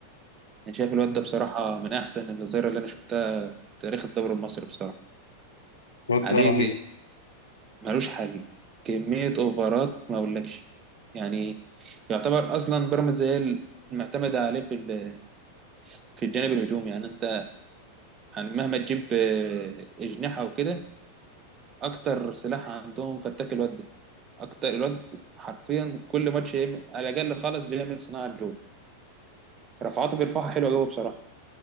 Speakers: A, on the right (about 25°); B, on the left (about 70°).
A: انا شايف الواد ده بصراحه من احسن الظاهره اللي انا شفتها في تاريخ الدوري المصري بصراحه
B: الواد
A: عليه
B: ده رهيب
A: ملوش حل كميه اوفرات ما اقولكش يعني يعتبر اصلا بيراميدز هي المعتمده عليه في ال- في الجانب الهجومي يعني انت يعني مهما تجيب آه، اجنحه وكده اكتر سلاح عندهم فتاك الواد ده اكتر الواد حرفيا كل ماتش يعمل- على الاقل خالص بيعمل صناعه جوه رفعاته بيرفعها حلوه قوي بصراحه